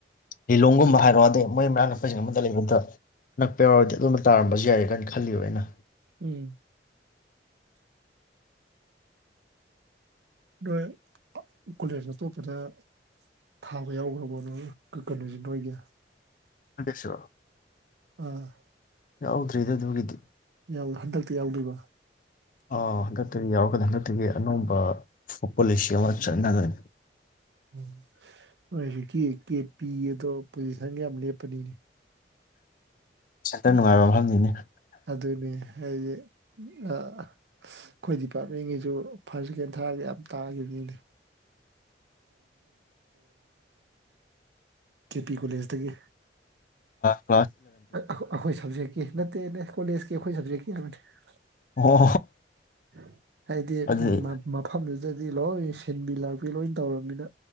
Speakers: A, on the left (about 50°); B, on the right (about 70°).
A: ꯂꯤꯂꯣꯡꯒꯨꯝꯕ ꯍꯥꯏꯔꯛꯑꯣꯗꯨꯝ ꯃꯣꯏ ꯅꯛꯄꯁꯤꯡꯗ ꯑꯃꯇ ꯂꯩꯕ ꯅꯠꯇ꯭ꯔꯣ ꯅꯛꯄ ꯌꯥꯎꯔꯗꯤ ꯑꯗꯨꯝꯗ ꯇꯥꯔꯝꯕꯁꯨ ꯌꯥꯏ ꯀꯥꯏꯅ ꯈꯜꯂꯤꯕ ꯑꯩꯅ
B: ꯎꯝ ꯅꯣꯏ ꯀꯣꯂꯦꯖ ꯑꯇꯣꯞꯄꯗ ꯊꯥꯕ ꯌꯥꯎꯈ꯭ꯔꯕꯣ ꯅꯣꯏ ꯀꯩꯅꯣꯁꯦ ꯅꯣꯏꯒꯤ
A: ꯑꯟꯇꯦꯁ <unintelligible>
B: ꯑꯥ
A: ꯌꯥꯎꯗ꯭ꯔꯤꯗꯥ ꯑꯗꯨꯒꯤꯗꯤ
B: ꯌꯥꯎꯏ ꯍꯟꯗꯛꯇꯤ ꯌꯥꯎꯗꯣꯏꯕ
A: ꯑꯥ ꯍꯟꯗꯛꯇꯒꯤ ꯌꯥꯎꯔꯛꯀꯅꯤ ꯍꯟꯗꯛꯇꯒꯤ ꯑꯅꯧꯕ ꯄꯣꯂꯤꯁꯤ ꯑꯃ ꯆꯠꯅꯒꯅꯤ
B: ꯎꯝ ꯅꯣꯏ ꯍꯧꯖꯤꯛꯀꯤ ꯀꯦ ꯄꯤ ꯑꯗꯣ ꯄꯣꯖꯤꯁꯟꯒ ꯌꯥꯝ ꯂꯦꯞꯄꯅꯤꯅꯦ
A: ꯁꯦꯟꯇꯔ ꯅꯨꯡꯉꯥꯏꯕ ꯃꯐꯝꯅꯤꯅꯦ
B: ꯑꯗꯨꯅꯦ ꯍꯥꯏꯗꯤ ꯑꯩꯈꯣꯏ ꯗꯤꯄꯥꯔꯠꯃꯦꯟꯒꯤꯁꯨ ꯐꯥꯔꯁ ꯁꯦꯀꯦꯟ ꯊꯥꯔꯗꯤ ꯌꯥꯝ ꯇꯥꯈꯤꯕꯅꯤꯅꯦ ꯀꯦ ꯄꯤ ꯀꯣꯂꯦꯖꯇꯒꯤ
A: ꯑꯥ
B: ꯑꯩꯈꯣꯏ ꯁꯕꯖꯦꯛꯀꯤ ꯅꯠꯇꯦꯅꯦ ꯀꯣꯂꯦꯖꯀꯤ ꯑꯩꯈꯣꯏ ꯁꯞꯖꯦꯛꯀꯤ ꯍꯥꯏꯕꯅꯤ
A: ꯑꯣ
B: ꯍꯥꯏꯗꯤ
A: ꯑꯗꯨꯗꯤ
B: ꯃꯐꯝꯗꯨ ꯑꯗꯨꯗꯤ ꯂꯣꯏ ꯁꯤꯟꯕꯤ ꯂꯥꯛꯄꯤ ꯂꯣꯏ ꯇꯧꯔꯝꯅꯤꯅ